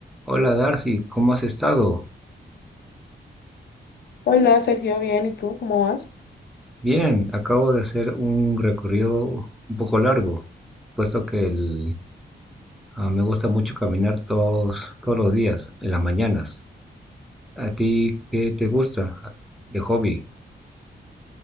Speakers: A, in the centre; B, on the left.
A: Hola Darcy, ¿cómo has estado?
B: Hola, Sergio, bien, ¿y tú cómo vas?
A: Bien, acabo de hacer un recorrido un poco largo, puesto que el- ah, me gusta mucho caminar todos, todos los días, en las mañanas. ¿A ti qué te gusta de hobby?